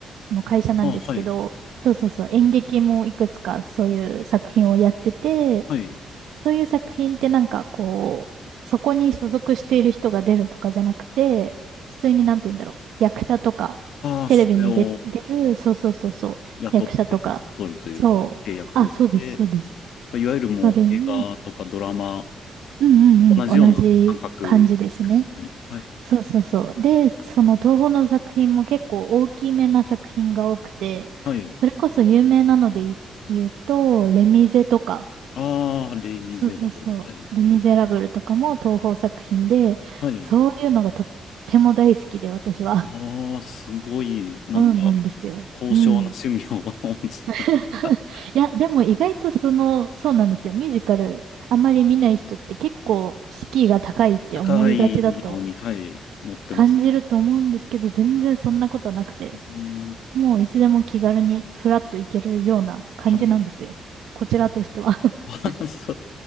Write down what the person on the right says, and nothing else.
の会社なんですけど、
そうそうそう、演劇もいくつかそういう作品をやってて、
そういう作品ってなんかこう、そこに所属している人が出るとかじゃなくて、普通になんて言うんだろう。役者とか、
テレビに出、
出る、そうそうそうそう、
役者とか、
そう。
あ、そうです、そうです。
それに、うんうんうん、
同じ感じですね。
そうそうそう。で、その東宝の作品も結構大きめな作品が多くて、
それこそ有名なので言うと、レミゼとか、
そうそうそう。
レ・ミゼラブルとかも東宝作品で、
そういうのがとっても大好きで、私は。
<laughs>
うん、なんですよ。
うん。
<laughs>
いや、でも意外とその、そうなんですよ。ミュージカル、あまり見ない人って結構敷居が高いって思いがちだと
感じると思うんですけど、全然そんなことなくて、
もういつでも気軽にフラッと行けるような感じなんですよ。
こちらとしては。<laughs>